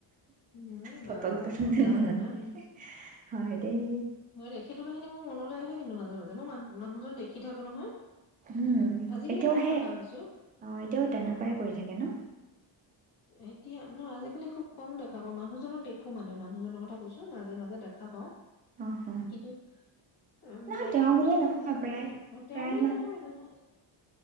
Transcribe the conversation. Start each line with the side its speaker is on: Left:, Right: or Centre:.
Left: নাই
Right: ফটল
Left: বা
Right: তুলোতে
Left: সচাঁকে
Right: মনত
Left: ন
Right: পৰিলে হয় দেই
Left: হয় দে সেইটোক কহিনী মোৰ মনলৈ আহে কিন্তু মাজে মাজে মই ম মানুহজন দেখি থাকো নহয়
Right: উম
Left: আজিকালি
Right: এতিয়াও
Left: কম
Right: সেই
Left: দেখা হৈছো
Right: অ এতিয়াও তেনেকুৱাই কৰি থাকে ন
Left: এতিয়া নহয় আজিকালি খুব কম দে দেখা পাওঁ মানুহজনক দেখো মানে মানুহজনৰ কথা কৈছো মাজে মাজে দেখাপাওঁ
Right: অ হ
Left: কিন্তু উ
Right: নহয়
Left: নাইকিয়া
Right: তেওঁ
Left: হলেকে
Right: বুলিয়ে নহয়
Left: চাব যে
Right: প্ৰায়
Left: এনে অ তেওঁ
Right: প্ৰায়
Left: বুলিয়ে নহয় নহয়